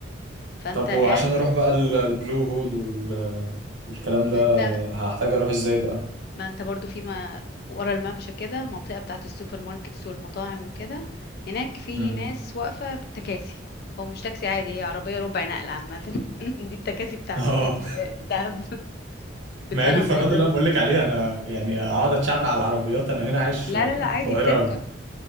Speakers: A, on the left; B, on the right.
A: فانت
B: طب
A: قاعد
B: وعشان اروح
A: بس
B: بقى ال- البلو هول وال... والكلام
A: ما
B: ده
A: انت
B: هحتاج اروح ازاي بقى
A: ما انت برضو في ما ورا الممشى كده منطقة بتاعة السوبر ماركتس والمطاعم وكده هناك في
B: مم.
A: ناس واقفة تكاسي هو مش تاكسي عادي هي عربية ربع نقل عامة <laughs> دي التكاسي
B: <laughs>
A: بتاعة
B: اه
A: دهب بتسألهم
B: ما هي دي الفرهدة
A: عايزة
B: اللي
A: اروح
B: انا بقول لك عليها انا يعني اقعد اتشعل على العربيات انا هنا عايش في
A: لا لا لا عادي
B: القاهرة
A: بتركب